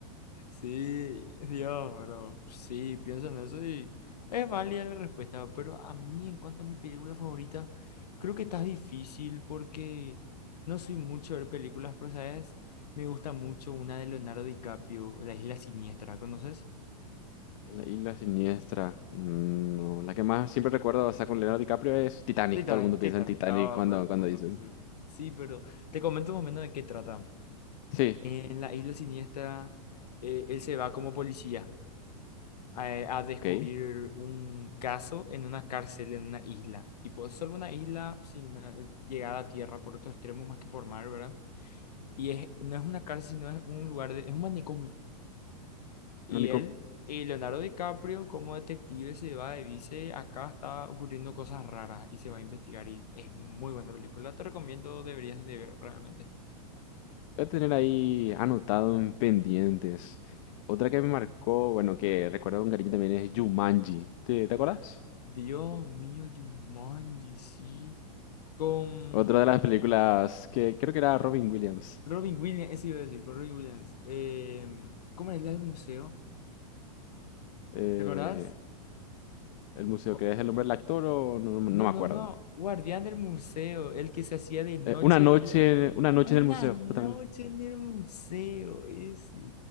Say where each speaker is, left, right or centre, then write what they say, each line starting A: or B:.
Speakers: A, on the left; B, on the left.
A: Sí, Dios, pero sí, pienso en eso y es válida la respuesta, pero a mí en cuanto a mi película favorita, creo que está difícil porque no soy mucho de ver películas, pero sabes, me gusta mucho una de Leonardo DiCaprio, La Isla Siniestra, ¿conoces?
B: La isla siniestra. mm, No, la que más siempre recuerdo, o sea, con Leonardo DiCaprio es Titanic.
A: Titanic,
B: Todo el mundo piensa
A: Titanic,
B: en Titanic
A: todo
B: cuando,
A: el mundo.
B: cuando dicen.
A: pues, eh, Sí, pero te comento un momento de qué trata.
B: Sí,
A: En la isla siniestra, eh, él se va como policía a, a descubrir
B: ok.
A: un caso en una cárcel, en una isla. Tipo, es solo una isla sin na- eh, llegada a tierra por otros extremos más que por mar, ¿verdad? Y es, no es una cárcel, sino es un lugar de, es un manicomio. Y
B: No,
A: él, eh, Leonardo DiCaprio, como detective, se va y dice, acá está ocurriendo cosas raras y se va a investigar. Y es muy buena película. Te recomiendo, deberías de ver realmente.
B: Voy a tener ahí anotado en pendientes. Otra que me marcó, bueno, que recuerdo con cariño también es Jumanji. ¿Te, te acuerdas?
A: Dios mío, Jumanji, sí. Con
B: Otra de las películas que creo que era Robin Williams.
A: Robin Williams, eso iba a decir, con Robin Williams. Em, ¿cómo era el del museo?
B: Eh,
A: ¿Te acordás?
B: el museo,
A: O-
B: que es el nombre del actor o no, no
A: No,
B: me
A: no,
B: acuerdo.
A: no. Guardián del museo, el que se hacía de noche
B: Eh, una noche,
A: y lo-
B: una noche
A: una
B: en el museo,
A: noche
B: justamente.
A: en el museo, ese,